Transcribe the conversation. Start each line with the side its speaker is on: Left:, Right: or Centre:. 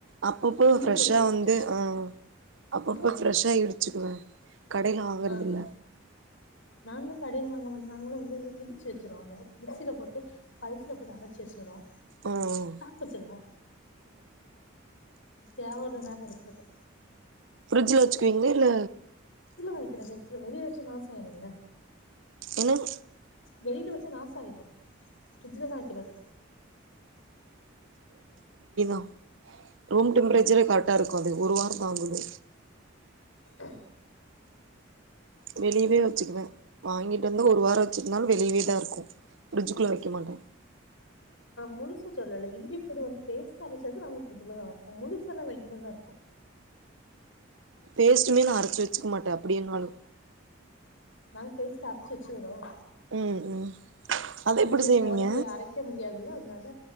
Right: அப்பப்போ
Left: இஞ்சி
Right: ஃப்ரெஷ்ஷா
Left: பூண்டு பேஸ்ட்டு
Right: வந்து ஆஹ் அப்பப்போ
Left: ஆ
Right: ஃப்ரெஷ்ஷா இடிச்சுக்குவ கடையில வாங்றது
Left: ஆ ஆ
Right: இல்ல
Left: ஆ நாங்க கடையில வாங்க மாட்டோ நாங்களு வந்து இடிச்சு வச்சுருவாங்க அந்த மிக்சியில போட்டு பல்சல போட்டு அரைச்சு வச்சிடோவோ
Right: உம் உம்
Left: வச்சிருபோ தேவலதானே இருக்குது
Right: பிரட்ஜ்ல வச்சுக்குவீங்களா இல்ல
Left: வைக்கிறது வெளிய வச்சா நாச ஆயிரும்ல
Right: என்னங்
Left: வெளியில வச்சா நாச ஆகிடு பிர்ஜ்ல தா வைக்கிறது
Right: ஆ ரூம்
Left: ஆ
Right: டெம்பரேச்சரே கரட்டா இருக்காது ஒரு வாரோ தாங்குது
Left: ஆ
Right: வெளியவே வச்சுக்குவே வாங்கிட் இந்து ஒரு வாரோ வச்சிக்கனலு வெளியவே இதாருக்கு பிரட்ஜுகுள்ள வைக்க மாட்டே
Left: முழுசு சொல்லல இஞ்சி பூண்டு வந்து பேஸ்டா அரைச்சது நாங்க பிரட்ஜ்லதா வப்போ முழுச எல்லா வெளியிலதா இருக்கோ
Right: பேஸ்டுமே நா அரைச்சு வச்சுக்க மாட்டேன் அப்படியனாலு
Left: நாங்க பேஸ்ட் அரைச்சு வச்சுறோம்
Right: ம் ம் அத
Left: அந்த
Right: எப்டி
Left: டைம்
Right: செய்வீங்க
Left: ஓடி போய் அரைக்க முடியாதுல்ல அதனால